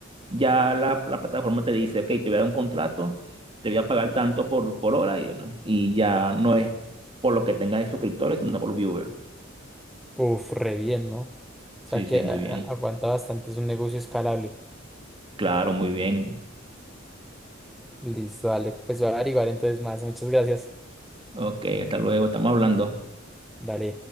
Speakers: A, on the right; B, in the centre.
A: ya la, la plataforma te dice, ok, te voy a dar un contrato, te voy a pagar tanto por, por hora y, bueno, y ya no es por lo que tengas de suscriptores, sino por viewers.
B: Uf, re bien, ¿no? O sea
A: Sí, sí,
B: que
A: muy
B: a- a-
A: Ok. bien.
B: aguanta bastante, es un negocio escalable.
A: Claro, muy bien.
B: Listo, dale. Pues voy a averiguar entonces más. Muchas gracias.
A: Ok, hasta luego, estamos hablando.
B: Dale.